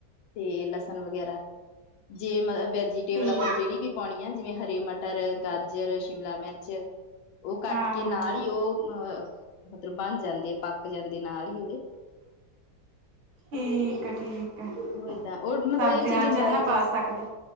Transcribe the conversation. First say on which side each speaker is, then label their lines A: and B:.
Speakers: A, on the left; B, on the right.
A: ਤੇ ਲਸਣ ਵਗੈਰਾ, ਜੇ ਵੈਜੀਟੇਬਲ
B: ਠੀਕ
A: ਆਪਾਂ ਜਿਹੜੀ ਵੀ। ਪਾਉਣੀ ਆ, ਜਿਵੇਂ ਹਰੀ ਮਟਰ, ਗਾਜਰ, ਸ਼ਿਮਲਾ ਮਿਰਚ। ਉਹ ਕੱਟ
B: ਹਾਂ
A: ਕੇ
B: ਹਾਂ
A: ਨਾਲ
B: ਹਾਂ
A: ਹੀ ਉਹ ਅ ਮਤਲਬ ਬਣ ਜਾਂਦੇ ਪੱਕ ਜਾਂਦੇ ਨਾਲ ਹੀ ਉਹਦੇ।
B: ਠੀਕ ਆ ਠੀਕ। ਆ
A: ਹੋ ਏਦਾਂ ਉਹ ਮਤਲਬ
B: ਸਬਜ਼ੀਆਂ
A: ਇਹ ਚੀਜ਼
B: ਚ
A: ਡਾਈਜੇਸਟ।
B: ਹਨਾ ਪਾ ਸਕਦੇ